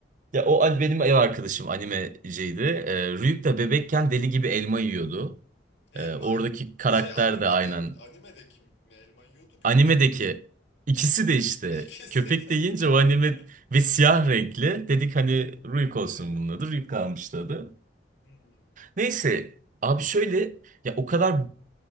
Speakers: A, on the right; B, on the left.
A: Ya o an- benim ev arkadaşım animeciydi. E,
B: Hı.
A: Ruyuk da bebekken deli gibi elma yiyordu.
B: Elma
A: E, oradaki
B: yiyordu.
A: karakter
B: Şey animede
A: de aynen.
B: animede kim mi elma yiyordu köpek
A: Animedeki
B: mi?
A: ikisi de işte
B: <laughs> İkisi
A: köpek
B: de.
A: de yiyince
B: <laughs>
A: o anime ve siyah renkli. Dedik hani Ruyuk
B: Ee,
A: olsun bunun adı. Ruyuk kalmıştı adı.
B: hmm,
A: Neyse abi şöyle ya o kadar